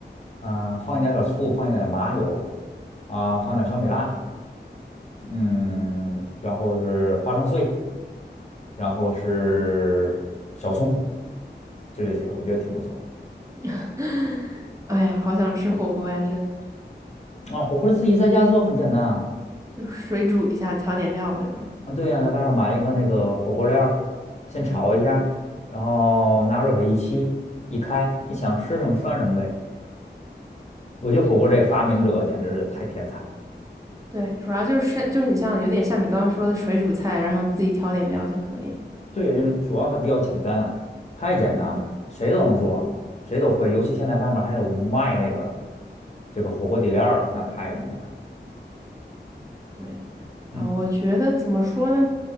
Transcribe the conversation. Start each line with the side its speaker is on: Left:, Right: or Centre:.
Left: 嗯、放一点点醋，放一点点麻油，啊，放点小米辣，嗯，
Right: 嗯，
Left: 然后是花生碎，然后是小葱，就这些，我觉得挺不错。
Right: <laughs> 哎呀，好想吃火锅呀！这
Left: 啊，火锅自己在家做很简单啊，
Right: 就水煮一下，调点料，对吧？
Left: 嗯，对呀、在外面买一个那个火锅料儿，先炒一下，
Right: 嗯，
Left: 然后拿热水一沏，一开，你想吃什么涮什么呗。我觉得火锅这发明者简直是太天才了。
Right: 其实对，主要就是就是你像有点像你刚刚说的水煮菜，然后自己调点料就可以。
Left: 对，主要它比较简单啊，太简单了，
Right: 嗯
Left: 谁都能做，谁都会。尤其现在外面还有卖那个这个火锅底料儿了，那太容易了。
Right: 对，啊，
Left: 嗯，
Right: 我觉得怎么说呢？